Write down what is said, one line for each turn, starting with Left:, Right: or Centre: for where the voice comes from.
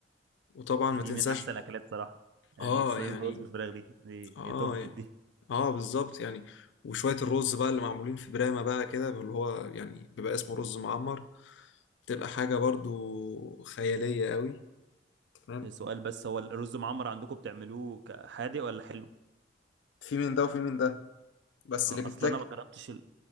Left: وطبعا ما
Right: دي
Left: تنساش
Right: من أحسن الأكلات صراحة يعني
Left: اه
Right: الصينية
Left: يعني
Right: بالرز بالفراخ دي دي
Left: اه
Right: توب
Left: يعني
Right: دي
Left: اه بالظبط يعني وشويه الرز بقى اللي معمولين في برامه بقى كده اللي هو يعني بيبقى اسمه رز معمر بتبقى حاجه برضو خياليه قوي تمام
Right: سؤال بس هو الرز معمر عندكم بتعملوه ك- حادق ولا حلو؟
Left: في من ده وفي من ده بس
Right: اه
Left: اللي بيتاكل
Right: اصل انا ما جربتش ال...